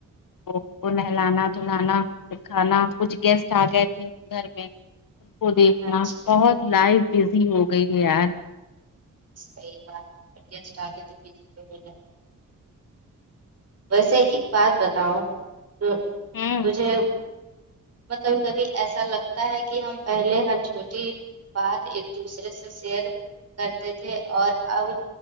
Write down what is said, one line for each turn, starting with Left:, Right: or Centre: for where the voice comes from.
Left: وہ ان کو نہلانا دلانا پھر کھانا کچھ گیسٹ آ گئے تھے گھر میں ان کو دیکھنا
Right: اچھا
Left: بہت لائو بزی ہو گئی ہے یار
Right: <unintelligible> سحیی باتباہ جائے ویسے ایک بات بتاؤ ا
Left: ہوں
Right: تجھے کبھی کبھی ایسا لگتا ہے کہ ہم پہلے ہر چھوٹی بعد ایک دوسرے سے شیر کرتے تھے اور اب